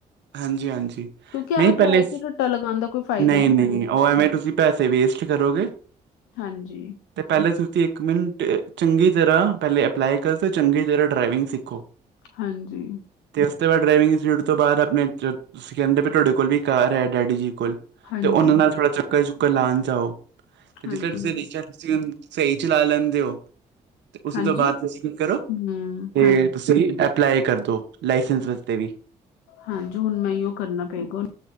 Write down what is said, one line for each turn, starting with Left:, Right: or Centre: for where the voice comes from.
Right: ਹਾਂਜੀ- ਹਾਂਜੀ
Left: ਕਿਉਂਕਿ ਐਵੇਂ
Right: ਨਹੀਂ, ਪਹਿਲੇ
Left: ਟਰਾਏ ਚ ਰੱਟਾ ਲਗਾਉਣ ਦਾ ਕੋਈ ਫਾਇਦਾ
Right: ਨਹੀਂ- ਨਹੀਂ
Left: ਹੈ
Right: ਉਹ ਐਵੇਂ ਤੁਸੀਂ ਪੈਸੇ ਵੇਸਟ ਕਰੋਗੇ
Left: ਹਾਂਜੀ।
Right: ਅਤੇ ਪਹਿਲੇ ਤੁਸੀਂ ਇੱਕ ਮਿੰਟ, ਚੰਗੀ ਤਰ੍ਹਾਂ ਪਹਿਲੇ ਅਪਲਾਈ ਕਰੋ ਅਤੇ ਚੰਗੀ ਤਰ੍ਹਾਂ ਡਰਾਈਵਿੰਗ ਸਿੱਖੋ
Left: ਹਾਂਜੀ।
Right: ਤੇ ਉਸ ਤੋਂ ਬਾਅਦ ਡਰਾਈਵਿੰਗ ਇੰਸਟਿਊਟ ਤੋਂ ਬਾਅਦ, ਆਪਣੇ ਤੁਸੀਂ ਕਹਿੰਦੇ ਵੀ, ਤੁਹਾਡੇ ਕੋਲ ਵੀ ਕਾਰ ਹੈ ਡੈਡੀ ਜੀ ਕੋਲ
Left: ਹਾਂਜੀ,
Right: ਤੇ ਉਹਨਾਂ ਨਾਲ, ਥੋੜ੍ਹਾ ਚੱਕਰ -ਚੁੱਕਰ ਲਾਉਣ ਜਾਓ ਤੇ,
Left: ਹਾਂਜੀ,
Right: ਜਿੱਥੇ ਤੁਸੀਂ
Left: ਹਾਂਜੀ,
Right: ਦੇਖਿਆ ਤੁਸੀਂ ਸਹੀ ਚਲਾ ਲੈਂਦੇ ਹੋ ਤੇ, ਉਸ
Left: ਹਾਂਜੀ,
Right: ਤੋਂ ਬਾਅਦ ਤੁਸੀਂ ਕੀ ਕਰੋ
Left: ਹੂੰ,
Right: ਤੇ
Left: ਹਾਂਜੀ,
Right: ਤੁਸੀਂ ਅ ਅਪਲਾਈ ਕਰ ਦਿਉ, ਲਾਇਸੈਂਸ ਵਾਸਤੇ ਵੀ
Left: ਹਾਂਜੀ, ਹੁਣ ਮੈਂ ਇਹੀਓ ਕਰਨਾ ਪੈ ਗੋ